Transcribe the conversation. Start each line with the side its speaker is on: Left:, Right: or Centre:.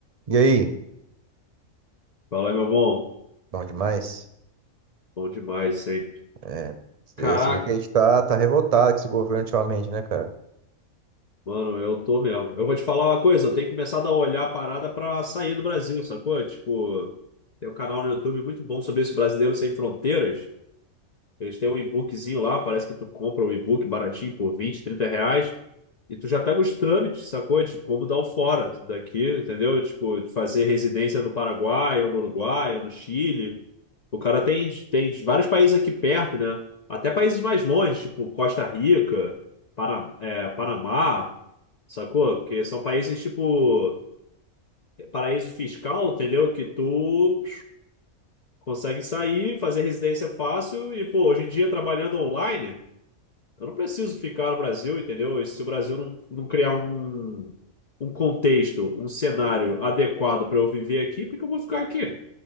Right: E aí?
Left: Fala aí, meu bom.
Right: Bom demais?
Left: Bom demais sempre.
Right: É, você
Left: Caraca,
Right: você vê que a gente tá, tá revoltado com esse governo ultimamente, né, cara?
Left: mano, eu tô mesmo. Eu vou te falar uma coisa, eu tenho começado a olhar a parada pra sair do Brasil, sacou? Tipo, tem um canal no YouTube muito bom sobre esse brasileiro sem fronteiras. Eles têm um e-bookzinho lá, parece que tu compra um e-book baratinho por 20 30 reais. E tu já pega os trâmites, sacou? De como dar o fora daqui, entendeu? Tipo, de fazer residência no Paraguai, ou no Uruguai, ou no Chile. O cara tem, tem vários países aqui perto, né? Até países mais longe, tipo Costa Rica, Pana- é, Panamá, sacou? Porque são países, tipo, paraíso fiscal, entendeu? Que tu consegue sair, fazer residência fácil e, pô, hoje em dia trabalhando online. Eu não preciso ficar no Brasil, entendeu? E se o Brasil não, não criar um, um contexto, um cenário adequado para eu viver aqui, por que eu vou ficar aqui?